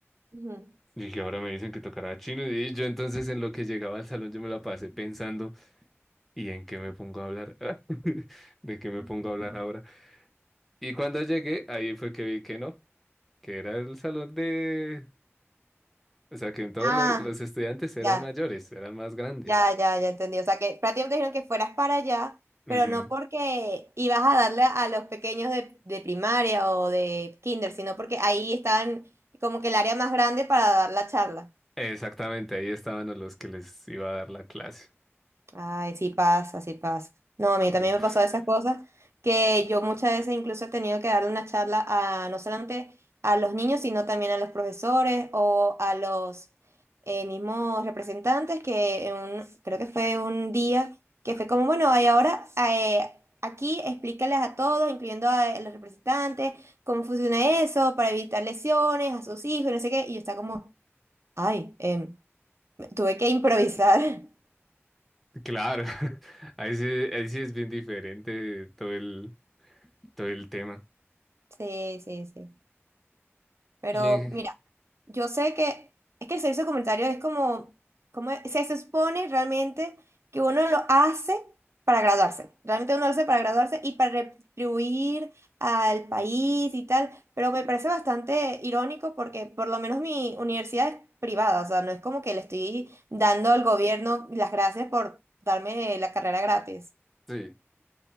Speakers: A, on the right (about 70°); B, in the centre.
A: Ujú.
B: Y dije, ahora me dicen que tocará chino. Y yo entonces en lo que llegaba al salón yo me la pasé pensando, ¿y en qué me pongo a hablar? <laughs> ¿De qué me pongo a hablar ahora? Y cuando llegué, ahí fue que vi que no, que era el salón de O sea, que todos
A: Ah,
B: lo- los estudiantes eran
A: ya.
B: mayores, eran más grandes.
A: Ya, ya, ya entendí. O sea, que prácticamente dijeron que fueras para allá,
B: Ujú.
A: pero no porque ibas a darle a los pequeños de, de primaria o de kinder, sino porque ahí estaban como que el área más grande para dar la charla.
B: Exactamente, ahí estaban a los que les iba a dar la clase.
A: Ay, sí pasa, sí pasa. No, a mí también
B: Uf,
A: me pasó esas cosas que yo muchas veces incluso he tenido que darle una charla a no solamente a los niños, sino también a los profesores o a los eh, mismos representantes que en un- creo que fue un día que fue como, bueno, y ahora eh, aquí explícales a todos, incluyendo a eh, los representantes, cómo funciona eso para evitar lesiones a sus hijos y no sé qué. Y yo estaba como, ay, em, tuve que improvisar. <laughs>
B: claro, <laughs> ahí sí, ahí sí es bien diferente todo el, todo el tema.
A: Sí, sí, sí. Pero
B: Y en-
A: mira, yo sé que es que el servicio comunitario es como, como se supone realmente que uno lo hace para graduarse. Realmente uno lo hace para graduarse y para retribuir al país y tal. Pero me parece bastante irónico porque por lo menos mi universidad es privada. O sea, no es como que le estoy dando al gobierno las gracias por darme la carrera gratis.
B: sí.